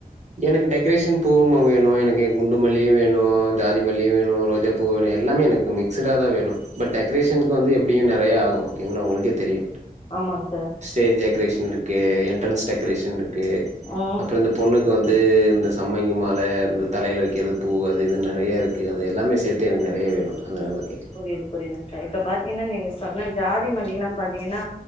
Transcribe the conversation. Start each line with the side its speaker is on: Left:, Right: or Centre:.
Right: எனக்கு டெக்கரேஷன் பூவும் வேணு எனக்கு குண்டு மல்லியு வேணு ஜாதி மல்லியு வேணு ரோஜா பூ வேணு எல்லாமே எனக்கு மிக்ஸ்டுடாதா வேணு பட் டெக்ரேஷனுக்கு வந்து எப்டியு நெறயா ஆகு ஓகேங்களா உங்களுக்கே தெரியு
Left: ஆமாங்க சார்
Right: ஸ்டேஜ் டெக்ரேஷன் இருக்கு என்ட்ரன்ஸ் டெக்கரேஷன் இருக்கு
Left: ம்
Right: அப்ற இந்த பொண்ணுக் கு வந்து இந்த சம்மங்கி மால இந்த தலையில வைக்கிற பூ அது இதுனு நெறயா இருக்கு அது எல்லாமே சே த்து எனக்கு நெறயா வேணு அதனாலதா கே
Left: புரியுது புரியுதுங்க சார் இப்ப பாத்தீங்கன்னா நீங்க சொன்ன ஜாதி மல்லி எல்லா பாத்தீங்கன்னா